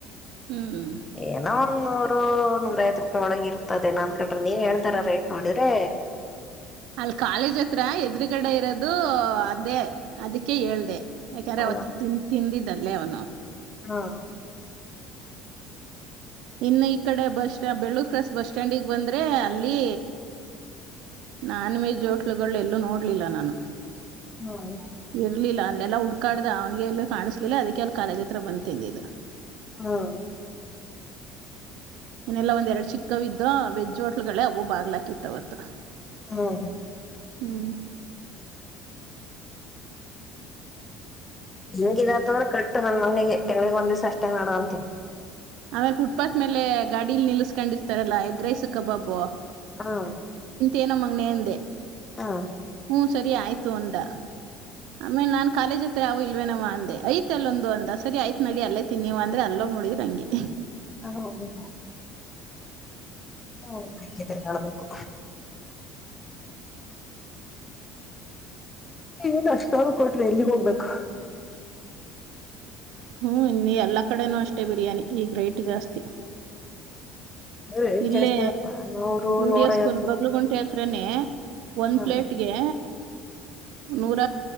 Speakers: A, on the right; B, on the left.
A: ಹ್ಞೂ
B: ಏನೋ ಒಂದ್ ನೂರ್ ನೂರು ನೂರ್ ಐವತ್ ರೂಪಾಯಿ ಒಳಗ ಇರ್ತದೇನ ಅನ್ಕೊಂಡ್ರಿ ನೀನ್ ಹೇಳ್ತಾಇರೋ ರೇಟ್ ನೋಡಿದ್ರೆ
A: ಅಲ್ ಕಾಲೇಜ್ ಹತ್ರ ಎದುರುಗಡೆ ಇರೋದು ಅದೇ ಅದಕ್ಕೆ ಹೇಳ್ದೆ ಯಾಕೆ ಅಂದ್ರೆ
B: ಹ
A: ಅವತ್ ತಿನ್ ತಿಂದಿದ್ದಲ್ಲೇ ಅವನು
B: ಹಾ
A: ಇನ್ನು ಈ ಕಡೆ ಬಸ್ ಸ್ಟಾ್ ಬೆಳ್ಳೂರ್ ಕ್ರಾಸ್ ಬಸ್ ಸ್ಟ್ಯಾಂಡಿಗೆ ಬಂದ್ರೆ ಅಲ್ಲಿ ನಾನ್ ವೆಜ್ ಹೋಟ್ಲುಗಳೆಲ್ಲೂ ನೋಡ್ಲಿಲ್ಲ ನಾನು
B: ಹಾ್ <unintelligible>
A: ಇರ್ಲಿಲ್ಲ ಅಲ್ಲೆಲ್ಲಾ ಹುಡ್ಕಾಡ್ದ ಅವನ್ಗೆ ಎಲ್ಲು ಕಾಣಿಸ್ಲಿಲ್ಲ ಅದಕ್ಕೆ ಅಲ್ಲಿ ಕಾಲೇಜ್ ಹತ್ರ ಬಂದ್ ತಿಂದಿದ್ದು
B: ಹ್ಮ್
A: ಇನ್ನೆಲ್ಲಾ ಒಂದ್ ಎರಡ್ ಚಿಕ್ಕವಿದ್ದೋ ವೆಜ್ ಹೋಟ್ಲುಗಳೇ ಅವು ಬಾಗ್ಲಾಕಿತ್ ಅವತ್
B: ಹ್ಮ್
A: ಹ್ಮ್
B: ಹೆಂಗತಂದ್ರೆ ಕರೆಕ್ಟ್ ನನ್ ಮನೆಣಗೆ ಗಳಿಗ್ ಒಂದವ್ಸ ಅಷ್ಟೇ ನಡ ಅಂತಿ
A: ಆಮೇಲೆ ಫುಟ್ಪಾತ್ ಮೇಲೆ ಗಾಡಿಲ್ ನಿಲ್ಲಸ್ಕೊಂಡಿರ್ತಾರಲ್ಲಾ ಎಗ್ರೈಸು ಕಬಾಬು
B: ಹಾ
A: ಏನೋ ಮಗನೇಂದೆ
B: ಹಾ
A: ಹ ಸರಿ ಆಯ್ತು ಅಂದ ಆಮೇ ನ ಕಾಲೇಜ್ ಹತ್ರ ಅವವು ಇಲ್ವೇ ನವ ಅಂದೆ ಐ್ತ ಅಲ್ಲೊಂದು ಅಂದ ಸರಿ ಯ್ತ್ ನಡಿ ಅಲ್ಲೇ ತಿನ್ನಿ ನೀವ ಅಂದ್ರೆ ಅಲ್ಲೋಗ ನೋಡ್ರ ಹಂಗೆ
B: ಹ ಹೌದು ಹ ನ ಹಳ್ಬೇಕು ಏನ್ ಅಷ್ಟಾದ ಕೊಟ್ರಿ ಎಲ್ಲಿಗೆ ಹೋಗ್ಬೇಕು
A: ಹ್ಮ್ ಇ ಎಲ್ಲಾ ಕಡೆನೂ ಅಷ್ಟೇ ಬಿರಿಯಾನಿ ಈಗ ರೇಟ್ ಜಾಸ್ತಿ
B: ರೇಟ್
A: ಇಲ್ಲೇ
B: ಜಾಸ್ತಿನಪ್ಪಾ ನೂರು
A: ವಿಡಿಯೋ
B: ನೂರೈವತ್ತು
A: ಸ್ಕೂಲ್
B: ರೂಪಾಯಿ
A: ಬಗ್ಲು ಗುಂಟೆ ಹತ್ರ ಒನ್
B: ಹ್ಮ್
A: ಪ್ಲೇಟ್ಗೆ ನೂರ